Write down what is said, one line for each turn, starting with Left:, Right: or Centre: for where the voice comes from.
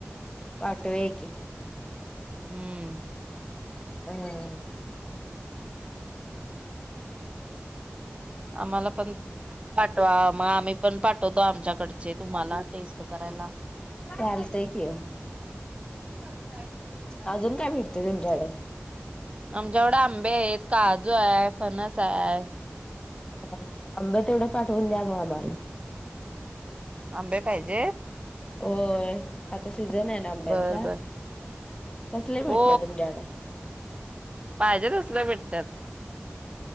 Left: पाठवूया की.
Right: हम्म
Left: हम
Right: आम्हाला पण पाठवा मग आम्ही पण पाठवतो आमच्याकडचे तुम्हाला टेस्ट करायला.
Left: चालतंय की हो.
Right: करताय का <unintelligible>
Left: अजून काय भेटते तुमच्याकडे?
Right: आमच्याकडे आंबे आहेत, काजू आहे, फनस आहे.
Left: अ आंब तेवढे पाठवून द्या म आम्हाला.
Right: आंबे पाहिजे?
Left: होय, आता सीझन आहे ना आंब्यांचा.
Right: बर बर
Left: कसले भेटता
Right: हो
Left: तुमच्या कड?
Right: पाहिजे तसले भेटतात.